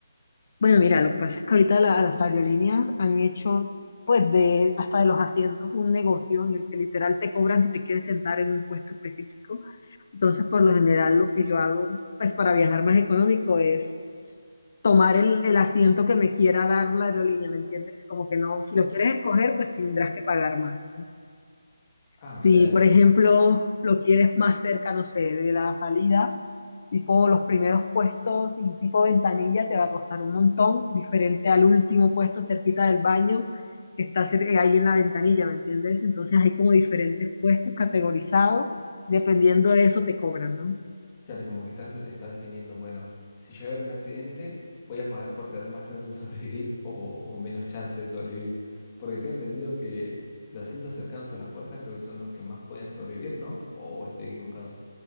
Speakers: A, on the left; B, on the left.
A: Bueno, mira, lo que pasa es que ahorita la- las aerolíneas han hecho pues de hasta de los asientos un negocio en el que literal te cobran si te quieres sentar en un puesto específico. Entonces, por lo general, lo que yo hago pues para viajar más económico es tomar el, el asiento que me quiera dar la aerolínea, ¿me entiendes? Como que no, si lo quieres escoger, pues tendrás que pagar más.
B: Ah,
A: Si,
B: o sea,
A: por
B: e-
A: ejemplo, lo quieres más cerca, no sé, de la salida, tipo los primeros puestos y tipo ventanilla te va a costar un montón, diferente al último puesto cerquita del baño que está cer- eh, ahí en la ventanilla, ¿me entiendes? Entonces hay como diferentes puestos categorizados, dependiendo de eso te cobran, ¿no?
B: Claro, como que estás, estás definiendo, bueno, si llega a haber un accidente, voy a pagar por tener más chances de <laughs> sobrevivir o, o menos chances de sobrevivir. Porque tengo entendido que los asientos cercanos a la puerta creo que son los que más pueden sobrevivir, ¿no? ¿O, o estoy equivocado?